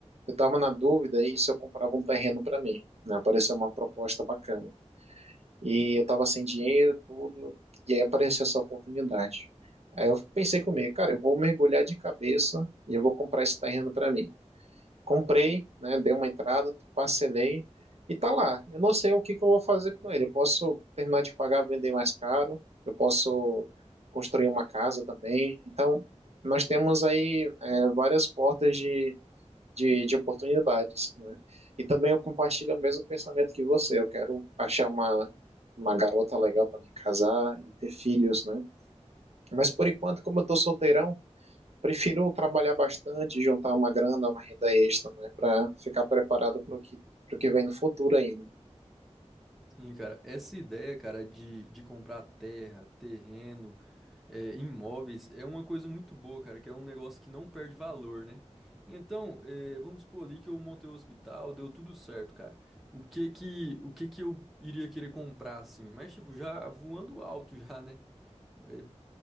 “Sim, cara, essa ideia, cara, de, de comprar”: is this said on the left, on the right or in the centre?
Centre